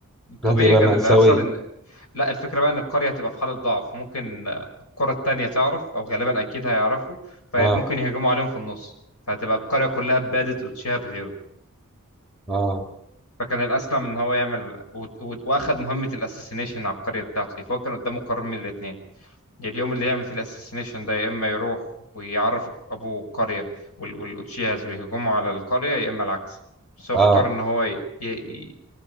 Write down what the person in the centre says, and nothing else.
هتبقى
مأساوية
اه
اه
اه